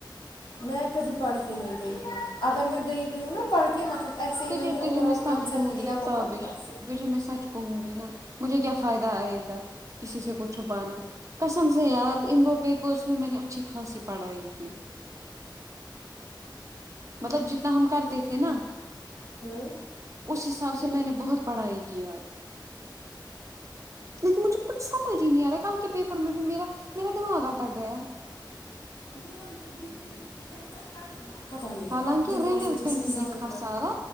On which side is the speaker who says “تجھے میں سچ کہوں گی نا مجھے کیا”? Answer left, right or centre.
Right